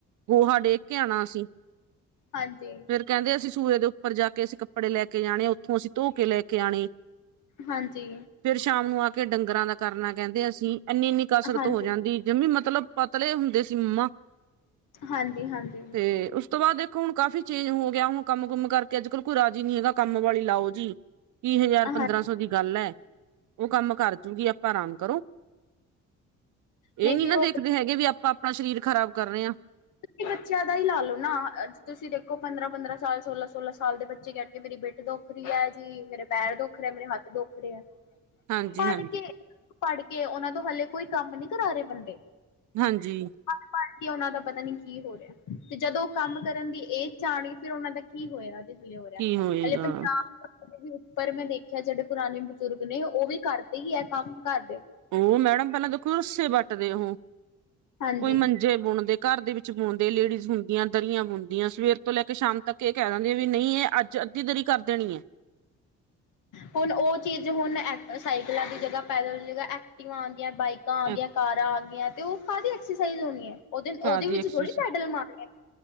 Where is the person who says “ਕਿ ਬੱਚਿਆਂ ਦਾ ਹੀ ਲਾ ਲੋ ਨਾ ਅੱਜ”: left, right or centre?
Left